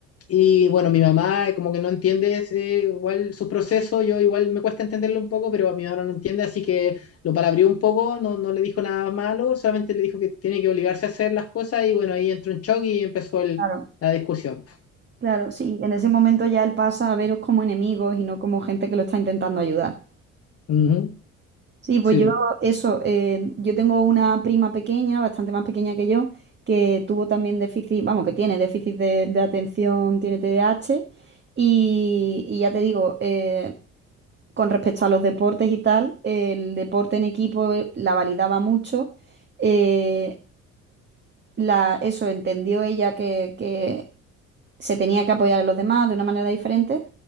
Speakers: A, on the left; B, on the right.
A: y bueno, mi mamá eh, como que no entiende ese, igual su proceso, yo igual me cuesta entenderlo un poco, pero a mi mamá no lo entiende, así que lo palabrió un poco, no, no le dijo nada malo, solamente le dijo que tiene que obligarse a hacer las cosas y bueno, ahí entró en shock y empezó el,
B: Claro,
A: la discusión.
B: claro, sí. En ese momento ya él pasa a veros como enemigos y no como gente que lo está intentando ayudar.
A: Ujú,
B: Sí, pues
A: sí.
B: yo eso, eh, yo tengo una prima pequeña, bastante más pequeña que yo, que tuvo también déficit, vamos, que tiene déficit de, de atención, tiene TDAH, y, y ya te digo, eh, con respecto a los deportes y tal, el deporte en equipo eh, la validaba mucho, eh, la, eso, entendió ella que, que se tenía que apoyar a los demás de una manera diferente.